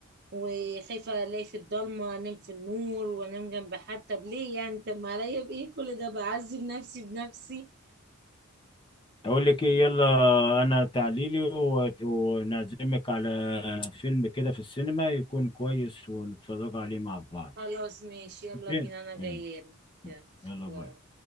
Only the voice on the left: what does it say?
اقول لك ايه يلا انا تعليلي وت- ونعزمك على فيلم كده في السينما يكون كويس ونتفرج عليه مع بعض
ماشي؟
يلا يلا
باي